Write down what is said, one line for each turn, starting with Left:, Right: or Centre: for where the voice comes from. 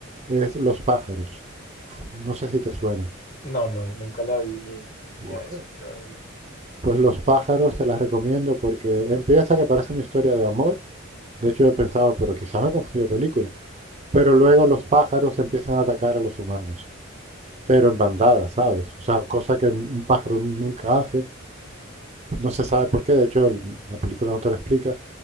Right: Es Los pájaros. Uf, No sé si te suena.
Left: No, no, nunca la vi ni, ni, ni
Right: Guau.
Left: había escuchado de ella.
Right: Pues Los pájaros te las recomiendo porque empieza que parece una historia de amor. De hecho, yo pensaba, pero quizá me confundí de película. Pero luego los pájaros empiezan a atacar a los humanos, pero en bandadas, ¿sabes? O sea, cosa que un pájaro nunca hace, no se sabe por qué, de hecho el- la película no te lo explica,